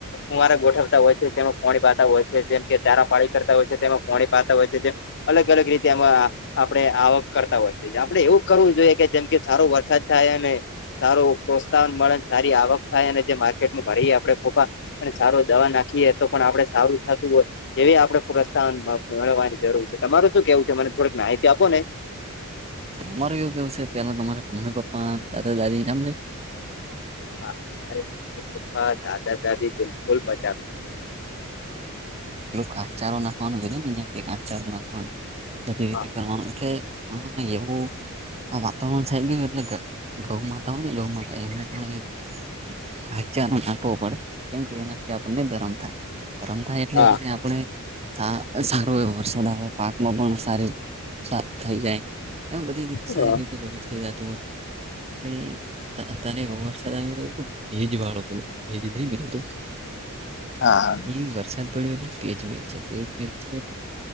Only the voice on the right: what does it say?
તમારે એવું કેવું છે પેલા તમારે મમ્મી પપ્પા દાદ દાદી નામ છેે.
કાચારો નાખવાનું ને જેમ કાચારો નાખવાનું. બઘી રીતે
કરવાનું એટલે એવું વાતાવરણ થઈ ગયું એટલે ગ ગૌ માતા હોયને ગૌ માતા એમને પણ ધાસચારો નાખવો પડે. કેમ કે એનાથી આપણને ધરમ થાય ધરમ થાય એટલે
પછી આપણે હા, સારો એવો વરસાદ આવે પાકમાં પણ સારી થઈ જાય. એમ બધી રીતે
સારી રીતે બધું થઈ રહ્યા. એ તારે એવો વરસાદ આવી રહ્યો. ભેજ વાળો પેલો <unintelligible>
ઈ વરસાદ <unintelligible>